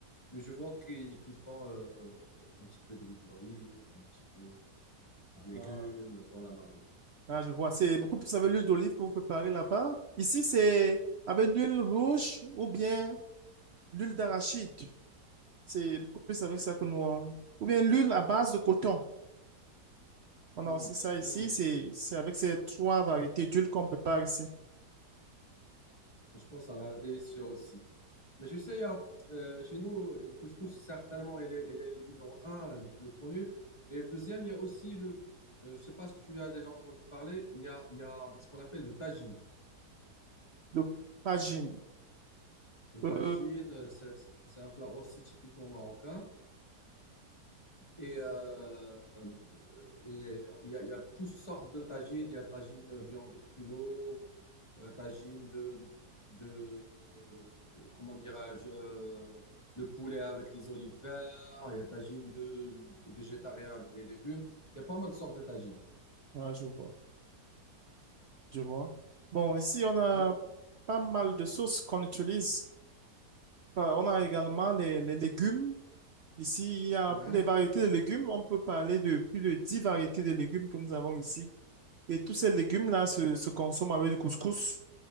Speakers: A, on the left; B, on the right.
A: mais je vois qu'ils qu'ils font euh, un petit peu d'huile d'olive, un petit peu de légumes
B: Ah.
A: dans la marmite.
B: Ah, je vois. C'est beaucoup plus avec l'huile d'olive que vous préparez là-bas. Ici, c'est avec l'huile rouge ou bien l'huile d'arachide. C'est beaucoup plus avec ça que nous. on- Ou bien l'huile à base de coton. On
A: Mm,
B: a aussi ça ici.
A: mm.
B: C'est, c'est avec ces trois variétés d'huile qu'on prépare ici.
A: Franchement, ça a l'air délicieux aussi. Mais tu sais, il y a, euh, chez nous, le couscous, certainement, il est, il est le numéro un, le plus connu. Et le deuxième, il y a aussi le, euh, je sais pas ce que tu as déjà entendu parler, il y a, il y a ce qu'on appelle le tagine.
B: Donc, Fajin.
A: Le tagine,
B: Euh,
A: euh, c'est c'est- c'est un plat aussi typiquement marocain. Et, euh, euh, et il y a, il y a toutes sortes de tagines. Il y a tagine viande pruneau, euh, tagine de, de euh, comment dirais-je, euh, le poulet avec les olives vertes, il y a tagine de, de végétarien avec les légumes. Il y a pas mal de sortes de tagines.
B: ah, je vois, je vois. Bon, ici, on a
A: Et-
B: pas mal de sauces qu'on utilise. Enfin, on a également les, les légumes. Ici, il y a
A: Mhm,
B: pour les variétés de légumes, on peut parler de plus de 10 variétés de légumes que nous avons ici. Et tous ces légumes-là se, se consomment avec du couscous